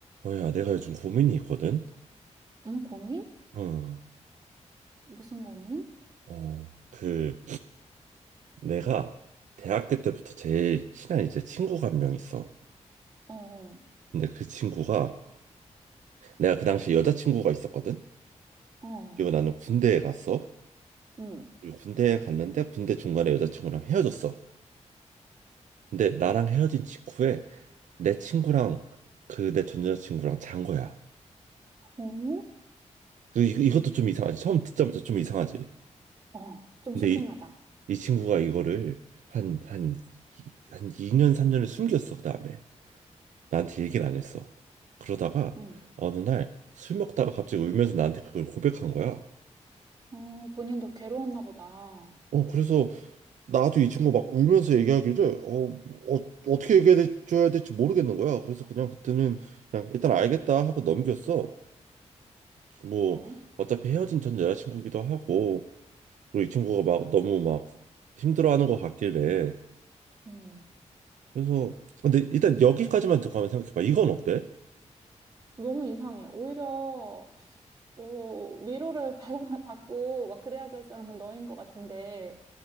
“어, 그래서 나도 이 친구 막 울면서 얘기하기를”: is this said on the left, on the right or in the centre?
Right